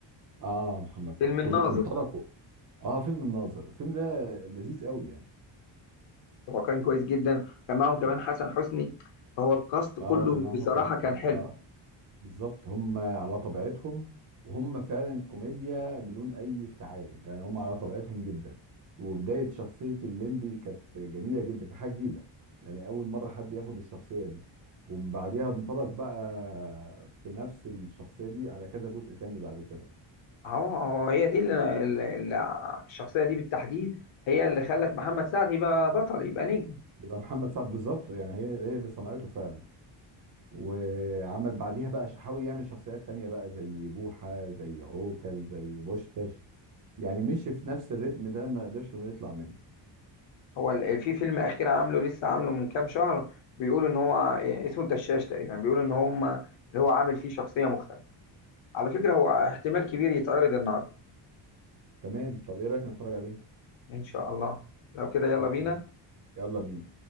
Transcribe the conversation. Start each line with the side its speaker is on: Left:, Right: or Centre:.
Right: اه محمد فؤاد
Left: فيلم الناظر
Right: كله انطلقوا اه فيلم الناظر الفيلم ده لذيذ قوي يعني
Left: هو كان كويس جدا كان معاهم كمان حسن حسني فهو الكاست كله
Right: اه وكان معاهم
Left: بصراحه
Right: حسن حسني
Left: كان حلو
Right: اه بالظبط هم على طبيعتهم وهم فعلا كوميديا بدون اي افتعال يعني هم على طبيعتهم جدا وبدايه شخصيه الليمبي كانت جميله جدا كانت حاجه جديده يعني اول مره حد ياخد الشخصيه دي ومن بعديها انطلق بقى بنفس الشخصيه دي على كذا جزء تاني بعد كده
Left: هو هو هي دي اللي اللي- اللي- الشخصية دي بالتحديد هي اللي خلت محمد سعد يبقى بطل يبقى نجم
Right: يبقى محمد سعد بالظبط يعني هي هي اللي صنعته فعلا وعمل بعديها بقى حاول يعمل شخصيات تانية بقى زي بوحة زي عوكل زي بوشكاش يعني مشي في نفس الريتم ده ما قدرش انه يطلع منه
Left: هو ال- في فيلم أخير عامله لسه عامله من كام شهر بيقولوا إن هو اسمه الدشاش تقريبا بيقولوا إن هم اللي هو عامل فيه شخصية مختلفة على فكرة هو احتمال كبير يتعرض النهاردة
Right: تمام طب ايه رايك نتفرج عليه
Left: إن شاء الله لو كده يلا
Right: اوكي
Left: بينا
Right: يلا بينا